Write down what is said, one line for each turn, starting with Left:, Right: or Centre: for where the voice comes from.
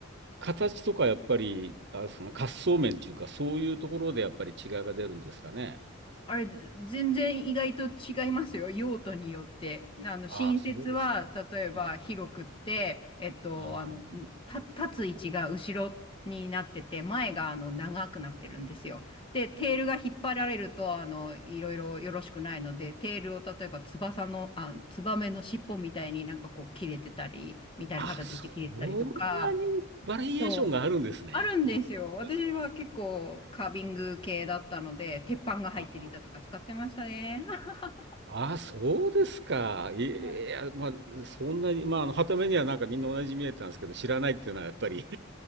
Right: 形とかやっぱり、あその滑走面っていうか、そういうところでやっぱり違いが出るんですかね。
Left: あれ、全然意外と違いますよ。用途によって。あの、
Right: ああ、
Left: 新設は、
Right: そうですか。
Left: 例えば広くって、
Right: ええ。
Left: えっと、
Right: あー
Left: あの、た立つ位置が後ろになってて、前があの長くなってるんですよ。で、テールが引っ張られると、あの、いろいろよろしくないので、テールを例えば翼の、あ、ツバメの尻尾みたいになんかこう切れてたり、みたいな形で切れてたりとか、
Right: あ、そんなにバリエーションがあるんですね。
Left: そうあるんですよ。
Right: あ、そうですか。
Left: 私は結構カービング系だったので、鉄板が入ってる板とか使ってましたね。
Right: あは
Left: <laughs>
Right: あ、そうですか。いいや、
Left: はい。
Right: まあ、そんなに、まあ、はた目にはなんかみんな同じに見えたんですけど、知らないっていうのはやっぱり